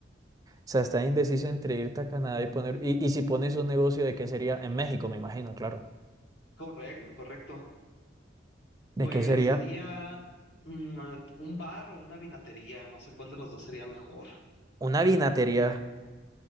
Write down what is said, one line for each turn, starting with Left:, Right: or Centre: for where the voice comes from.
Right: O sea, estás indeciso entre irte a Canadá y poner, y, y si pones un negocio, ¿de qué sería? En México, me imagino, claro.
Left: Correcto, correcto.
Right: ¿De
Left: Pues
Right: qué sería?
Left: sería mm, ah, un bar o una vinatería, no sé cuál de los dos sería mejor.
Right: Una vinatería.